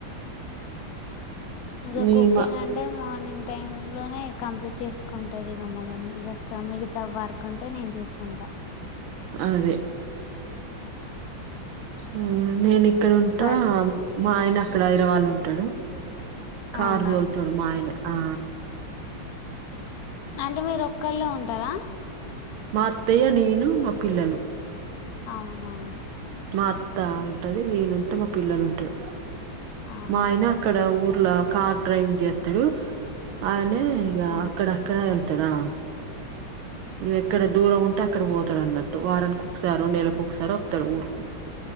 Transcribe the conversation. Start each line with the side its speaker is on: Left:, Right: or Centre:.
Left: ఇంకా
Right: మీ
Left: కుకింగ్
Right: మా
Left: అం అంటే మార్నింగ్ టైమ్ లోనే కంప్లీట్ చేసుకుంటంది ఇక మామమ్మీ ఇక మిగతా వర్ కంటే నేను చేసుకుంట
Right: అదే ఉ నేను ఇక్కడ ఉంటా
Left: వాల్
Right: మా అయన అక్కడ హైదరాబాద్లో ఉంటడు కార్
Left: అవునా
Right: తోల్తడు మాయన ఆ
Left: అంటే మీరు ఒక్కళ్లే ఉంటార
Right: మా అత్తయ్య నేను మా పిల్లలు
Left: అవునా
Right: మా అత్త ఉంటుంది, నేనుంటా, మా పిల్లలు ఉంటరు.
Left: ఆహా
Right: మా ఆయన అక్కడ ఊర్ల కార్ డ్రైవింగ్ చేస్తడు ఆయనే
Left: అవునా
Right: ఇగ అక్కడ అక్కడ వెళ్తాడా ఎక్కడ దూరం ఉంటే అక్కడ పోతాడు అన్నట్టు వారానికి ఒకసారి నెళ్లకు ఒకసారి వస్తాడు ఊరుకు